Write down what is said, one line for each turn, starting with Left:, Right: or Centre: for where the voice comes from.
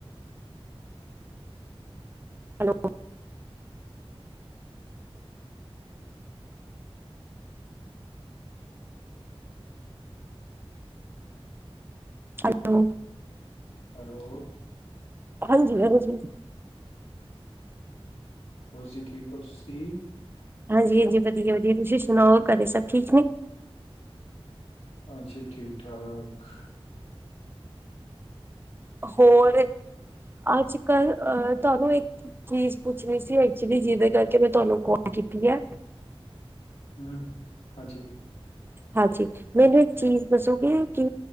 Right: ਹੈਲੋ, ਹੈਲੋ,
Left: ਹੈਲੋ,
Right: ਹਾਂਜੀ-ਹਾਂਜੀ।
Left: ਹੋਰ ਜੀ ਠੀਕ ਹੋ ਤੁਸੀ?
Right: ਹਾਂਜੀ-ਹਾਂਜੀ, ਵਧੀਆ-ਵਧੀਆ ਤੁਸੀਂ ਸੁਣਾਓ ਘਰੇ ਸਭ ਠੀਕ ਨੇ?
Left: ਹਾਂਜੀ। ਠੀਕ- ਠਾਕ।
Right: ਹੋਰ। ਅੱਜ-ਕੱਲ ਅਹ ਤੁਹਾਨੂੰ ਇੱਕ ਚੀਜ਼ ਪੁੱਛਣੀ ਸੀ ਐਕਚੁਲੀ ਜਿਹਦੇ ਕਰਕੇ ਮੈਂ ਤੁਹਾਨੂੰ ਕੋਲ ਕੀਤੀ ਹੈ।
Left: ਹਮ ਹਾਂਜੀ।
Right: ਹਾਂਜੀ ਮੈਨੂੰ ਇੱਕ ਚੀਜ਼ ਦੱਸੋਗੇ ਕਿ